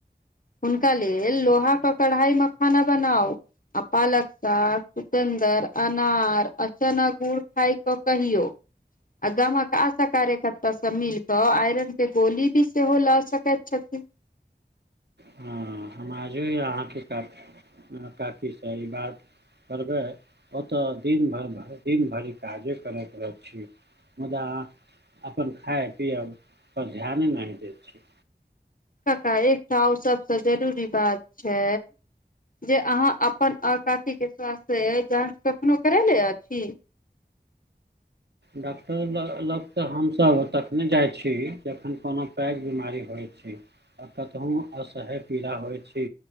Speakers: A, on the left; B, on the right.
A: हुनका लेल लोहाक के कढ़ाई मे खाना बनाउ आ पालक। साग, चुकन्दर, अनार अ चना गुड़ खायके कहियौ। आ गामक आशा कार्यकर्ता सब मिल कऽ आयरन के गोली भी सेहो लए सकैत छथिन।
B: हँ। हम आजो या आहाँके काफ- काफी सही बात। करबै ओतऽ दिन भऽ भरि दिन भरि काजे करैयत रह छी। मुदा अपन खायब पियब पर ध्याने नहि देत छी।
A: कक्का एकटा आउ सबसे जरूरी बात छै। जे अहाँ अपन आ काकीके स्वास्थ्य जाँच कखनो करै ले अछि।
B: डॉक्टर लग-लग तऽ हम सब तखने जाइत छी जखन कोनो पैघ बीमारी होइत छी। आ कतहुँ असहय पीड़ा होइत छी।